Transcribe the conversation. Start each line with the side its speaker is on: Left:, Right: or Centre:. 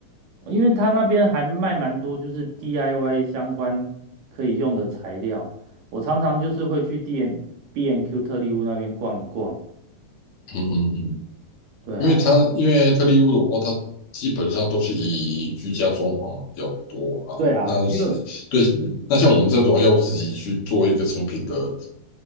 Right: 哦因为他那边还卖蛮多，就是 DIY 相关可以用的材料。我常常就是会去 D N B&Q N Q 特利屋那边逛一逛。
Left: 嗯嗯嗯，
Right: 对啊，
Left: 因为它因为特力屋的话，它基本上都是以居家装潢比较多啊。
Right: 对啊，
Left: 那是对，
Right: 因为嗯
Left: 那像我们这种要自己去做一个成品的，